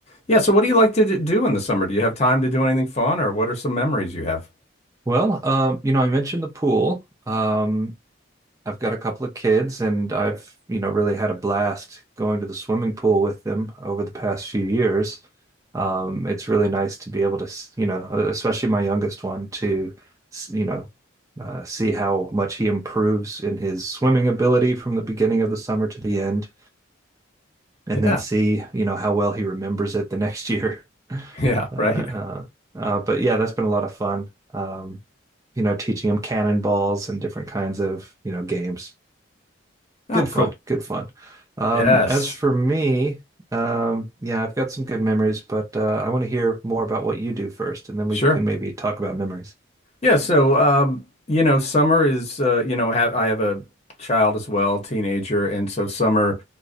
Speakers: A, on the left; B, on the right.
A: yeah, so what do you like to d- do in the summer? Do you have time to do anything fun, or what are some memories you have?
B: well, um, you know, I mentioned the pool. Um, I've got a couple of kids and I've, you know, really had a blast going to the swimming pool with them over the past few years. Um, it's really nice to be able to, s- you know, uh, especially my youngest one to, s- you know, uh, see how much he improves in his swimming ability from the beginning of the summer to the end, and
A: Yeah.
B: then see, you know, how well he remembers it the next year. <laughs>
A: Yeah,
B: Uh,
A: right.
B: uh, uh, but yeah, that's been a lot of fun. Um, you know, teaching him cannonballs and different kinds of, you know, games
A: Oh,
B: good fun,
A: cool.
B: good fun. Um,
A: Yes,
B: as for me, um, yeah, I've got some good memories, but uh, I want to hear more about what you do first, and then
A: sure.
B: we can maybe talk about memories.
A: Yeah, so um, you know, summer is uh, you know, have I have a child as well, teenager, and so summer